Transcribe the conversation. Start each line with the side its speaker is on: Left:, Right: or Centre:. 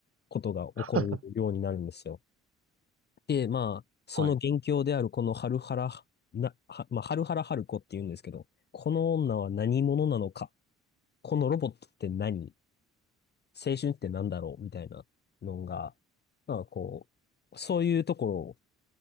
Left: ことが起こるようになるんですよ。
Right: <laughs>
Left: で、まあ、その元凶であるこのハルハラ、
Right: はい、
Left: な、は、まあ、ハルハラハルコって言うんですけど、この女は何者なのかこのロボットって何青春って何だろうみたいなのが、まあこう、そういうところを